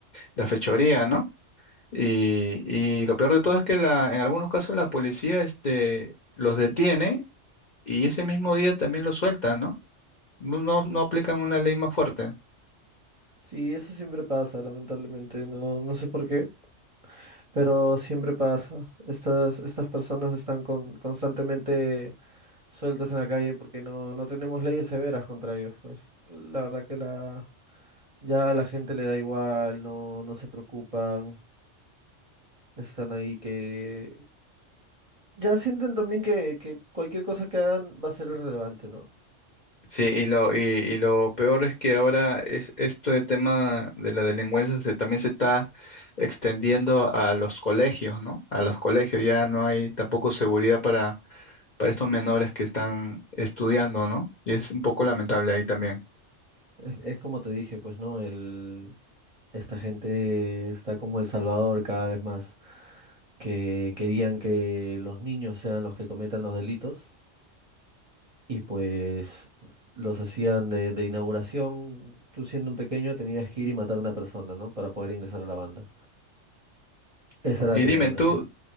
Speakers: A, on the left (about 45°); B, on the right (about 35°).
A: la fechoría, ¿no? Y, y lo peor de todo es que la, en algunos casos la policía este, los detiene y ese mismo día también los suelta, ¿no? No, no, no aplican una ley más fuerte.
B: Sí, eso siempre pasa, lamentablemente. No, no sé por qué. Pero siempre pasa. Estas, estas personas están con- constantemente sueltas en la calle porque no, no tenemos leyes severas contra ellos, pues. La verdad que la, ya a la gente le da igual, no, no se preocupan, están ahí que... Ya sienten también que, que cualquier cosa que hagan va a ser irrelevante, ¿no?
A: Sí, y lo, y, y lo peor es que ahora es, esto de tema de la delincuencia se, también se está extendiendo a los colegios, ¿no? A los colegios ya no hay tampoco seguridad para, para estos menores que están estudiando, ¿no? Y es un poco lamentable ahí también.
B: Es, es como te dije, pues, ¿no? El, esta gente está como El Salvador cada vez más, que querían que los niños sean los que cometan los delitos y pues los hacían de, de inauguración. Tú siendo un pequeño tenías que ir y matar a una persona, ¿no? Para poder ingresar a la banda. Esa era
A: Y
B: tu
A: dime,
B: inauguración.
A: tú,